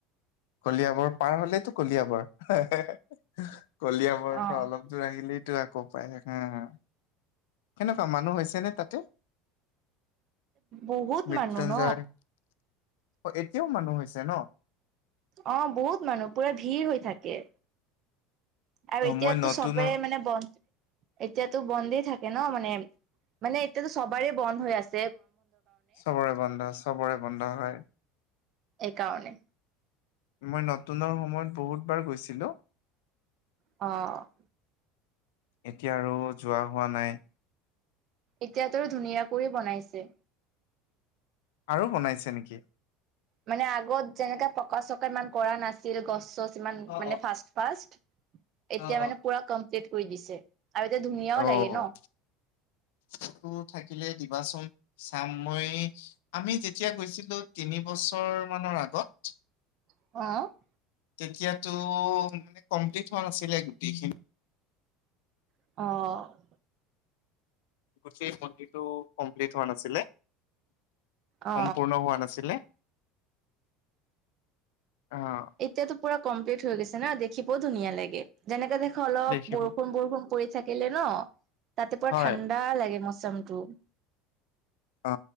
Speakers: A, on the left; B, on the right.
A: কলিয়াবৰ পাৰ হলেইটো কলিয়াবৰ <unintelligible> কলিয়াবৰৰ
B: অ'।
A: পৰা অলপ। যোৰ আহিলেটো আকৌ পায় সেকা- কেনেকুৱা মানুহ হৈছে নে তাতে?
B: বহুত
A: মৃত্যুঞ্জয়
B: মানুহ ন
A: অ এতিয়াও মানুহ হৈছে ন।
B: অ বহুত মানুহ পুৰা ভিৰ হৈ থাকে। আৰু
A: অ',
B: এতিয়াতো
A: মই নতুন
B: চবেই মানে বন্ এতিয়াতো বন্ধেই থাকে ন মানে মানে এতিয়াতো সবাৰেই বন্ধ হৈ আছ।
A: চবৰে বন্ধ চবৰে বন্ধ হয়।
B: এইকাৰণে
A: মই নতুনৰ সময়ত বহুত বাৰ গৈছিলো।
B: অ
A: এতিয়া আৰু যোৱা হোৱা নাই।
B: এতিয়াতো ধুনীয়া কৰি বনাইছে।
A: আৰু বনাইছে নেকি?
B: মানে আগত যেনেকে পকা চকা ইমান কৰা নাছিল গছ চছ। সিমান
A: অ',
B: মানে
A: অ',
B: ফাৰ্ষ্ট ফাৰ্ষ্ট এতিয়া
A: অ',
B: মানে
A: অ'।
B: পুৰা কমপ্লিট কৰি দিছে আৰু এতিয়া ধুনীয়াও
A: অ',
B: লাগে ন।
A: টো থাকিলে দিবাচোন চাম মই আমি যেতিয়া গৈছিলো তিনি বছৰ মানৰ আগত
B: অ
A: তেতিয়াতো মানে কমপ্লিট হোৱা নাছিলে গোটেইখিনি।
B: অ
A: গোটেইটো কনটিটো কম্পিলিত হোৱা নাছিলে।
B: অ
A: সম্পূৰ্ণ হোৱা নাছিলে আহ।
B: এতিয়াতো পুৰা কমপ্লিট হৈ গৈছে না দেখিবও ধুনীয়া লাগে যেনেকে দেখ অলপ
A: দেখিব
B: বৰষুণ বৰষুণ পৰি থাকিলে ন তাতে পুৰা
A: হয়
B: ঠাণ্ডা লাগে মৌচমটো
A: অ